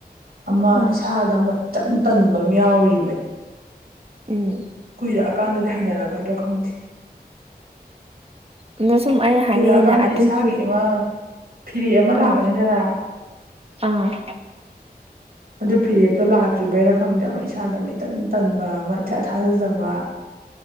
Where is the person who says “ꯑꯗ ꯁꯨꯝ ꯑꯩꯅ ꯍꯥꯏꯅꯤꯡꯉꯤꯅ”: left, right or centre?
Right